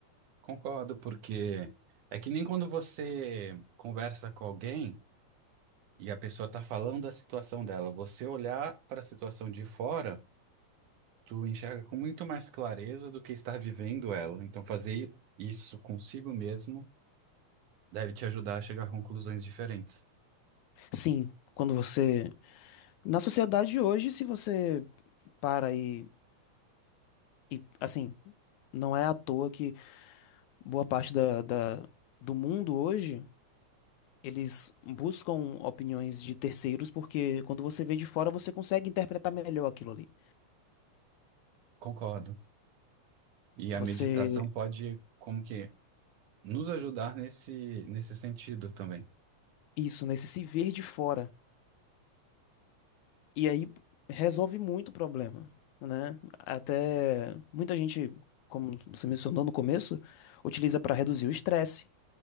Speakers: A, on the right; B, on the left.
A: concordo, porque é que nem quando você conversa com alguém e a pessoa está falando da situação dela, você olhar para a situação de fora, tu enxerga com muito mais clareza do que estar vivendo ela. Então fazer isso consigo mesmo deve te ajudar a chegar a conclusões diferentes.
B: Sim, quando você. Na sociedade de hoje, se você para e E, assim, não é à toa que boa parte da, da- do mundo hoje eles buscam opiniões de terceiros, porque quando você vê de fora, você consegue interpretar melhor aquilo ali.
A: Concordo. E a
B: Você,
A: meditação pode, como que, nos ajudar nesse, nesse sentido também.
B: isso, né? Você se ver de fora. E aí resolve muito o problema, né? Até muita gente, como você mencionou no começo, utiliza para reduzir o estresse.